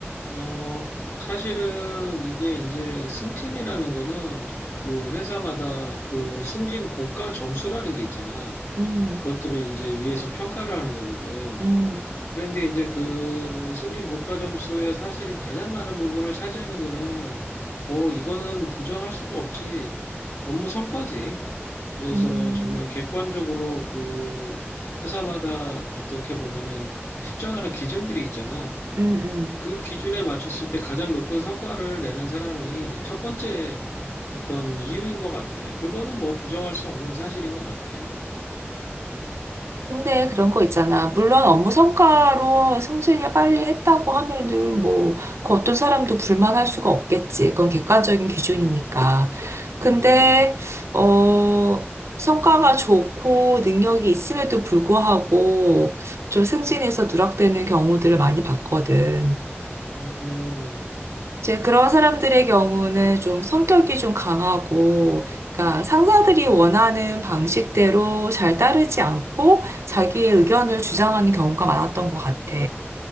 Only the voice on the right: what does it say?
음,
음,
음,
음, 음.
근데 그런 거 있잖아. 물론 업무 성과로 승진을 빨리 했다고 하면은 뭐, 그 어떤 사람도 불만할 수가 없겠지. 그건 객관적인 기준이니까.
근데,
어, 성과가 좋고 능력이 있음에도 불구하고 좀 승진해서 누락되는 경우들을 많이 봤거든.
이제 그런 사람들의 경우는 좀 성격이 좀 강하고, 그러니까 상사들이 원하는 방식대로 잘 따르지 않고 자기의 의견을 주장하는 경우가 많았던 것 같아.